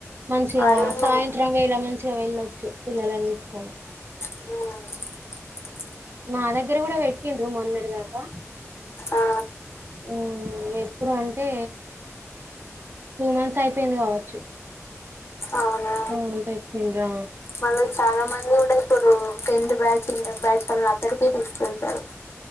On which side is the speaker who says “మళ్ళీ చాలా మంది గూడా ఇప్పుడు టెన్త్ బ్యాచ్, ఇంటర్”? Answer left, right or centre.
Left